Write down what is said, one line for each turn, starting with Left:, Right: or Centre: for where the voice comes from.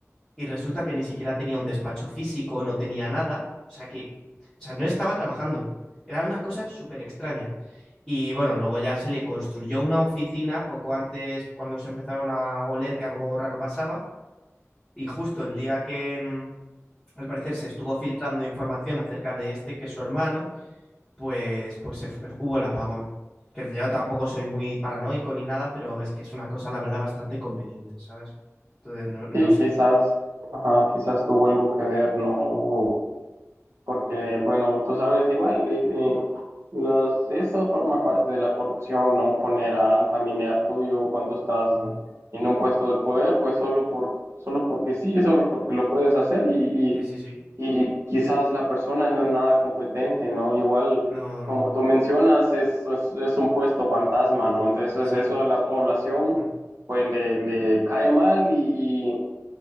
Centre: y resulta que ni siquiera tenía un despacho físico, no tenía nada, o sea que, o sea, no estaba trabajando, era una cosa súper extraña. Y bueno, luego ya se le construyó una oficina poco antes cuando se empezaron a oler que algo raro pasaba y justo el día que, mm, al parecer se estuvo filtrando información acerca de este, que es su hermano, pues, pues se fu- eh, hubo el apagón. Que yo tampoco soy muy paranoico ni nada, pero es que es una cosa, la verdad, bastante conveniente, ¿sabes? Entonces, no, no
Right: Sí,
Centre: sé.
Right: quizás, ajá, quizás tuvo algo que ver, ¿no? Porque, bueno, tú sabes, igual, eh, eh, los, eso forma parte de la corrupción, ¿no? Poner a un familiar tuyo cuando estás
Centre: Ujú.
Right: en un puesto de poder, pues solo por, solo porque sí, solo porque lo puedes hacer y,
Centre: Sí, sí, sí.
Right: y, y quizás la persona no es nada competente, ¿no? Igual,
Centre: No,
Right: como
Centre: no, no.
Right: tú mencionas, es, es, es un puesto fantasma, ¿no? Entonces,
Centre: Sí,
Right: eso a la población,
Centre: mm,
Right: pues le, le cae mal y, y,